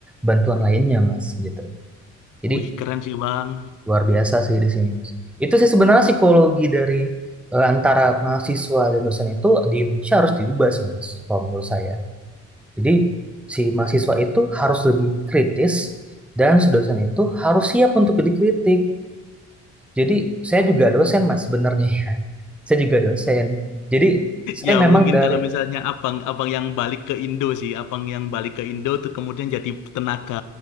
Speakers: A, in the centre; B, on the left.
A: bantuan lainnya mas gitu jadi
B: Wih keren sih bang.
A: Luar biasa sih di sini, Mas. Itu sih sebenarnya psikologi dari eh, antara mahasiswa dan dosen itu di Indonesia harus diubah sih, Mas, kalau menurut saya. Jadi si mahasiswa itu harus lebih kritis dan si dosen itu harus siap untuk dikritik. Jadi saya juga dosen, Mas, sebenarnya ya. <laughs> Saya juga dosen. Jadi saya
B: Ya
A: memang
B: mungkin
A: dari
B: kalau misalnya abang abang yang balik ke Indo sih, abang yang balik ke Indo tuh kemudian jadi tenaga